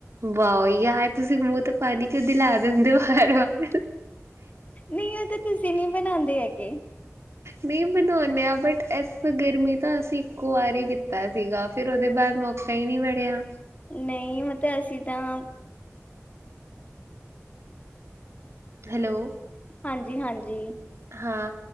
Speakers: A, on the right (about 60°); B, on the left (about 30°).
A: ਵਾਹ, ਯਾਰ, ਤੁਸੀਂ ਮੂੰਹ ਤੇ ਪਾਣੀ ਕਿਉਂ ਦਿਲਾ ਦਿੰਦੇ ਹੋ, ਵਾਰ -ਵਾਰ।
B: ਨਹੀਂ, ਉਹ ਤਾਂ ਤੁਸੀਂ ਨਹੀਂ, ਬਣਾਉਂਦੇ ਹੈਗੇ।
A: ਨਹੀਂ, ਬਣਾਉਂਦੇ ਹਾਂ, ਬਟ ਇਸ ਗਰਮੀ ਤਾਂ ਅਸੀਂ ਇੱਕੋ ਵਾਰ ਹੀ ਪੀਤਾ ਸੀਗਾ। ਫਿਰ ਉਹਦੇ ਬਾਅਦ, ਮੌਕਾ ਹੀ ਨਹੀਂ ਮਿੜਿਆ।
B: ਨਹੀਂ, ਮਤਲਬ ਅਸੀਂ ਤਾਂ
A: ਹੈਲੋ।
B: ਹਾਂਜੀ, ਹਾਂਜੀ।
A: ਹਾਂ।